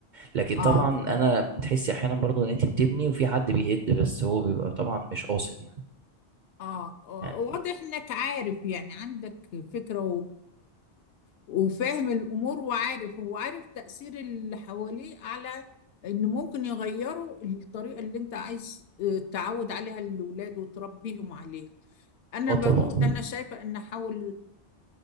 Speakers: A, on the right; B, on the left.
A: لكن
B: آه
A: طبعا انا بتحسي احيانا برضو ان انت بتبني وفي حد بيهد بس هو بيبقى طبعا مش قاصد يعني
B: آه آه،
A: يعني
B: واضح إنك عارف يعني عندك فكرة وفاهم الأمور وعارف هو عارف تأثير اللي حواليه على إن ممكن يغيروا الطريقة اللي أنت عايز آه، تعود عليها الأولاد وتربيهم عليها أنا
A: اه
B: بقول
A: طبعا
B: أنا شايفة إن أحاول